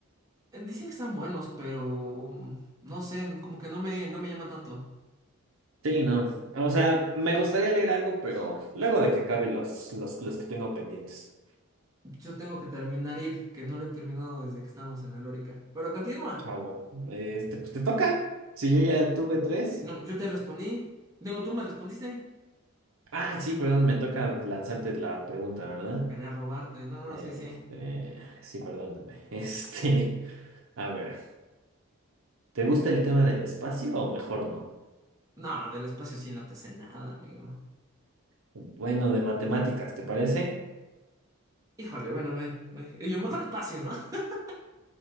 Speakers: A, on the right; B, on the right.
A: Eh, Dicen que están buenos, pero mm, no sé, como que no me, no me llama tanto.
B: Sí, no. O sea, me gustaría leer algo, pero luego de que acabe los, los, los que tengo pendientes.
A: Yo tengo que terminar It, que no lo he terminado desde que estábamos en Alórica. Pero continúa.
B: Chavo, este, pues te toca. Si yo ya tuve tres.
A: No, yo te respondí. Luego tú me respondiste.
B: Ah, sí, perdón, me toca lanzarte la pregunta, ¿verdad?
A: Quería robarte. No,
B: Este,
A: sí, sí.
B: sí, perdóname. <laughs> Este, a ver, ¿te gusta el tema del espacio o mejor no?
A: No, del espacio sí no te sé nada, amigo.
B: Bueno, de matemáticas, ¿te parece?
A: Híjole, bueno, a ver. ve- Y yo, mejor espacio, ¿no? <laughs>